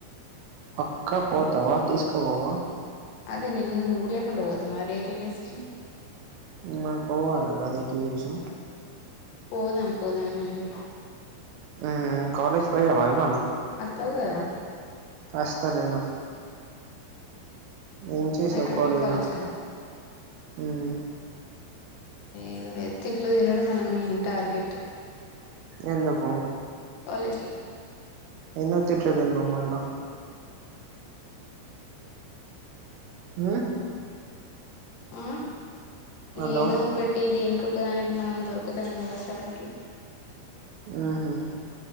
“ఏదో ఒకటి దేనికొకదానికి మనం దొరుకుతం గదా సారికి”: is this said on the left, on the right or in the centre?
Left